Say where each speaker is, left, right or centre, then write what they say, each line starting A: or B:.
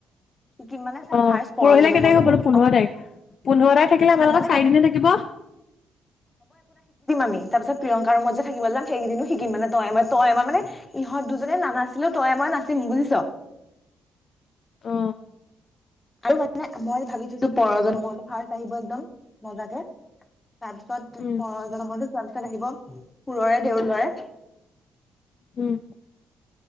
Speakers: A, on the left; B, on the left.
A: শিকিম মানে চা
B: অ
A: ফাৰ্ষ্ট পৰজনমৰটো
B: পৰহিলে কেই তাৰিখ হ'ব
A: দিম
B: নো পোন্ধৰ
A: অ
B: তাৰিখ, পোন্ধৰ তাৰিখ থাকিলে আমাৰ লগত
A: মানে
B: চাৰি
A: হ'ব
B: দিনে থাকিব।
A: তাৰ পিছত প্ৰিয়ংকা মই যে থাকিবলৈ যাম সেইকেইদিনো শিকিম মানে তই মই তই আমাৰ মানে ইহত দুজনে নানাছিলেও তয়ে ময়ে নাচিম বুজিছ।
B: অ
A: আৰু মানে মই ভাবি থৈছো পৰজন মই ফাৰ্ষ্ট আহিব একদম মজাকে। তাৰ পিছত
B: উম
A: <unintelligible> <unintelligible> পুৰৰে দেউল। ল'ৰা।
B: উম